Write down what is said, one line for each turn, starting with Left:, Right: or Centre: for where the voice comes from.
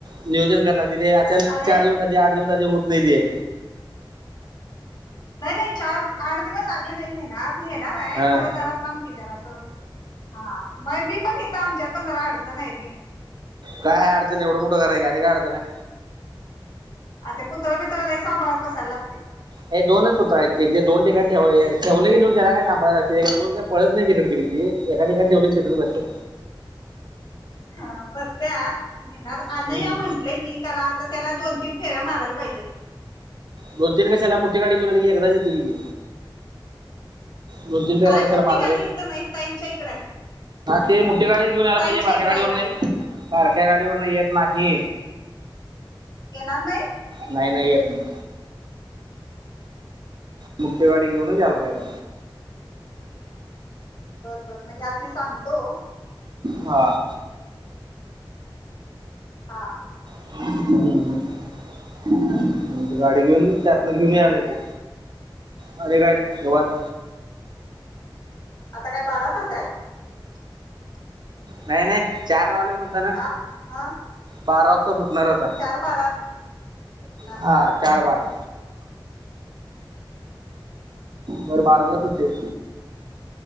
Right: नियोजन कय लाग ते सलग
Left: अरे
Right: चार दिवसा आठ दिवस होत नाही तेे
Left: नाही नाही चार आठ दिवस आधी नाही नेणार नेणार आहे
Right: हा
Left: खरं जरा थांब क जरा असं हा मग मी पण हेेतं आमच्यात पण जरा अडचन आहे रे
Right: काय अडचन एवढं मोठं घर आहे की आणि काय अडचण आहे
Left: आ ते पुतळ बितळ लई सांभाळत बसाय लागतय
Right: हे दोनच पुतळ आहेत ते दोन ठिकाणी ठेव ठेवले कीेन त्याला काय सांभायला लागतय पळत नाही तिकड तिकड एका ठिकाणी ठेवली तिथ बसत्या
Left: ह बसत्यात घेणार अनया
Right: हम्म.
Left: म्हंटलेय मी कराता त्या दोन तीन फेऱ्या मारायला पाहिजे.
Right: दोन तीन कशाला मोठी गाडी घेऊन आली की एकदाच येते कि ते. दोन-तीन फिरायला
Left: अरे
Right: कशाला
Left: मोठी
Right: मारा
Left: गाडी इथं नाही ताईंच्या इकडं आहे
Right: ते मोठी गाडीच घेऊन यायला
Left: ताईंच्या
Right: पाहिजे बारक्या
Left: इकडं
Right: गाडीवर
Left: आहे गाडी ती
Right: बारक्या गाडीवर येत नाही.
Left: येणार नाही?
Right: नाही नाही येत नाही. मोठी गाडी घेऊन याला पाहिजे.
Left: बर बरं म्हणजे अस मी सांगतो.
Right: हा.
Left: हां.
Right: <unintelligible> हम्म गाडी घेऊन त्यातन घेऊन
Left: आणि
Right: आलेय
Left: काय
Right: ते. आणि काय नाय निवांत.
Left: हा आता काय बारा तास आहे
Right: नाही नाही चार ला अलोय म्हण
Left: आ हा
Right: बारा वाजता सुटणार अता
Left: चार बारात सुटणार
Right: हा.
Left: होय
Right: चार बारा. बर बाराला सुटते.